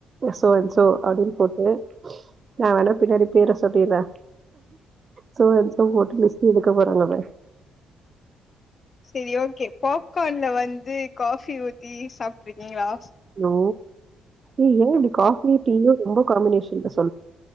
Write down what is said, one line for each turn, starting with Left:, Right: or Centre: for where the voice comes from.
Right: சோ அன் சோ அப்டினு போட்டு நா வேணா பின்னாடி பேர சொல்லிர்ர சோ அன் சோ போட்டு லிஸ்ட்டு எடுக்க சொன்னது
Left: சரி ஓகே பாப்கான்ல வந்து காஃபி ஊத்தி சாப்ட்டு இருக்கீங்களா
Right: நோ ஏ இப்டி காபி டீயும் ரொம்ப காம்பினேஷன் ல